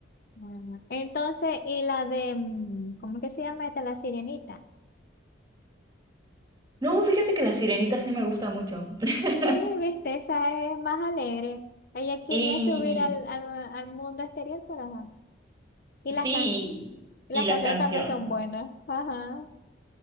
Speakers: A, on the left; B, on the right.
A: Mm, Entonces, y la de, mm, ¿cómo que se llama esta? La sirenita.
B: No, fíjate que La Sirenita sí me gusta mucho. <laughs>
A: Sí, viste, esa es más alegre. Ella quería
B: Y
A: subir al, al, al mundo exterior, pero ajá. Y
B: sí,
A: las, can- las
B: y las
A: canciones
B: canciones.
A: también son buenas. Ajá,